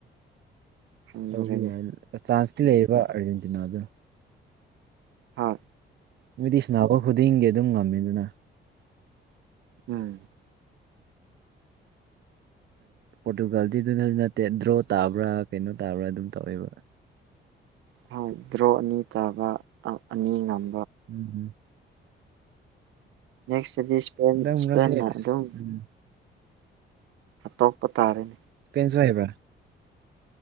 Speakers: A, on the right; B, on the right.
A: ꯈꯪꯗ꯭ꯔꯦꯅꯦ
B: ꯂꯧꯕ ꯌꯥꯏ ꯆꯥꯟꯁꯇꯤ ꯂꯩꯌꯦꯕ ꯑꯥꯔꯖꯦꯟꯇꯤꯅꯥꯗ
A: ꯍꯣꯏ
B: ꯃꯣꯏꯗꯤ ꯏꯁꯟꯅꯈ ꯈꯨꯗꯤꯡꯒꯤ ꯑꯗꯨꯝ ꯉꯝꯃꯦꯗꯅ
A: ꯎꯝ
B: ꯄꯣꯔꯇꯨꯒꯥꯜꯗꯤꯗꯨꯅꯁꯨ ꯅꯠꯇꯦ ꯗ꯭ꯔꯣ ꯇꯥꯕ꯭ꯔꯥ ꯀꯩꯅꯣ ꯇꯥꯕ꯭ꯔꯥ ꯑꯗꯨꯝ ꯇꯧꯋꯦꯕ
A: ꯍꯣꯏ ꯗ꯭ꯔꯣ ꯑꯅꯤ ꯇꯥꯕ ꯑꯅꯤ ꯉꯝ
B: ꯎꯝ ꯍꯝ
A: ꯅꯦꯛꯁꯇꯗꯤ ꯏꯁꯄ
B: ꯍꯟꯗꯛ
A: ꯏꯁꯄꯟꯅ
B: ꯃꯔꯛꯁꯦ ꯑꯁ
A: ꯑꯗꯨꯝ
B: ꯎꯝ
A: ꯍꯥꯇꯣꯛꯄ ꯇꯥꯔꯦꯅꯦ
B: <unintelligible>